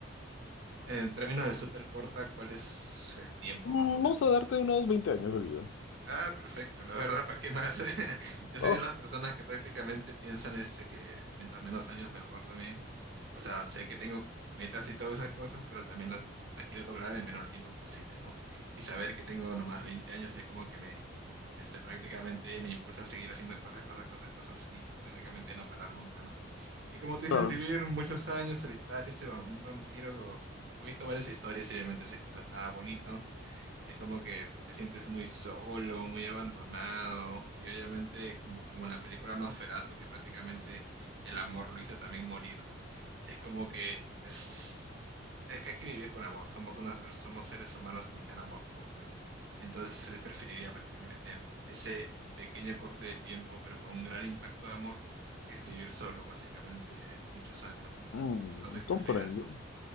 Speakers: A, on the right; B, on the left.
A: En términos de súper corta, ¿cuál es el tiempo
B: Mm,
A: más o menos?
B: Vamos a darte unos 20 años de vida.
A: Ah, perfecto, la verdad, ¿para qué más? <laughs> Yo soy
B: Oh,
A: de las personas que prácticamente piensan este que mientras menos años mejor también. O sea, sé que tengo metas y todas esas cosas, pero también las, las quiero lograr en el menor tiempo posible, ¿no? Y saber que tengo nomás 20 años es como que me, este, prácticamente me impulsa a seguir haciendo cosas, cosas, cosas, cosas y prácticamente no parar nunca, ¿no? Y como tú dices,
B: Claro.
A: vivir muchos años solitario, ser va- un vampiro, he visto varias historias y obviamente sé que no es nada bonito es como que te sientes muy solo, muy abandonado. Y obviamente, como, como en la película Nosferatu, que prácticamente el amor lo hizo también morir. Es como que es, es que hay que vivir con amor. Somos unas, pers- somos seres humanos que necesitan amor como tal. Entonces, eh, preferiría prácticamente tener ese pequeño corte de tiempo, pero con un gran impacto de amor, que es vivir solo, básicamente, muchos años, ¿no?
B: Mm,
A: No sé qué
B: comprendo,
A: preferirías tú.